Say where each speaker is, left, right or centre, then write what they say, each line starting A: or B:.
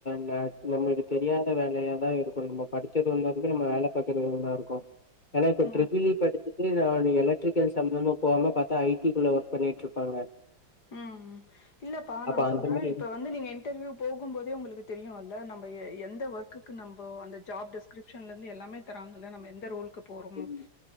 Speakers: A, on the left; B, on the left.
A: ந நம்மளுக்கு தெரியாத வேலயாதா இருக்கு நம்ம படிச்சது ஒன்னாருக்கு நம்ம வேல பாக்றது ஒன்ன இருக்கு ஏன்னா இப்ப
B: ஆ
A: ட்ரிபிள் இ படிச்சிட் இல்ல அது எலக்ட்ரிக்கல் சம்பந்தமா போவங்க பாத்தா ஐ டிக்குள்ள ஒர்க் பண்ணிட்டு இருப்பாங்க
B: ம் இல்லப்பா
A: அப்ப
B: நா
A: அந்த
B: சொல்றே
A: மாரி
B: இப்ப வந்து நீங்க என் இன்டர்ர்யூ போகும்போதே ஒங்களுக்கு தெரியு அல்ல நம்ம எந்த ஒர்க்குக்கு நம்ம அந்த ஜாப் டெஸ்க் ரிவிஸன்ல இருந்து எல்லாமே தராங்கல்ல நம்ம எந்த ரோலுக்கு போறோமோ
A: ம்